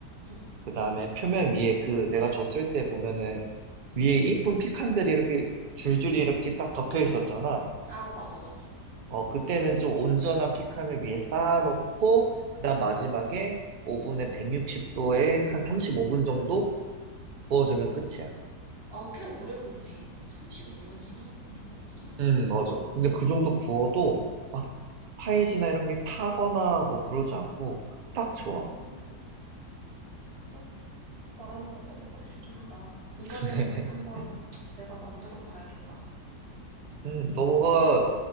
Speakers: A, on the right; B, on the right.
A: 응,
B: 그 다음에 표면 위에 그 내가 줬을 때 보면은 위에
A: 응.
B: 이쁜 피칸들이 이렇게 줄줄이 이렇게 딱 덮여 있었잖아.
A: 아, 맞아, 맞아.
B: 어, 그때는 좀 온전한 피칸을 위에 쌓아놓고, 그 다음 마지막에 오븐에 160도에 한 35분 정도 구워주면
A: 어.
B: 끝이야.
A: 아, 꽤 오래 굽네. 35분이나 굽는 거구나.
B: 음, 맞아. 근데 그 정도 구워도 막 파이지나 이런 게 타거나 뭐 그러지 않고 딱 좋아.
A: 음, 나 말하니까 또 먹고 싶긴 하다. 이번에는
B: <laughs>
A: 한번 내가 만들어 봐야겠다.
B: 음, 너가